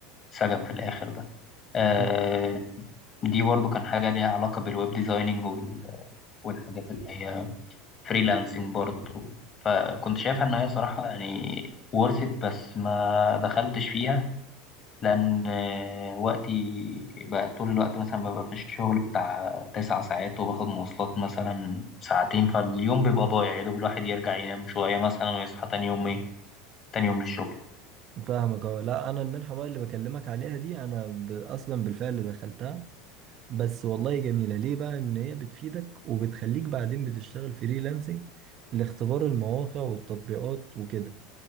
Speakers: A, on the left (about 35°); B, on the right (about 40°).
A: سجن في الآخر ده آه،
B: ف-
A: دي برضو كان حاجة ليها علاقة بالويب ديزايننج وال- والحاجات اللي هي فريلانسنج برضه فكنت شايفها ان هي صراحة يعني ورثت بس ما دخلتش فيها لان آه، وقتي بقى طول الوقت مثلا ببقى في الشغل بتاع تسع ساعات وباخد مواصلات مثلا ساعتين فاليوم بيبقى ضايع يا دوب الواحد يرجع ينام شوية مثلا ويصحى تاني يوم ايه تاني يوم للشغل
B: فاهمك اه لا انا المنحة بقى اللي بكلمك عليها دي انا ب... اصلا بالفعل دخلتها بس والله جميلة ليه بقى ان هي بتفيدك وبتخليك بعدين بتشتغل فريلانسنج لاختبار المواقع والتطبيقات وكده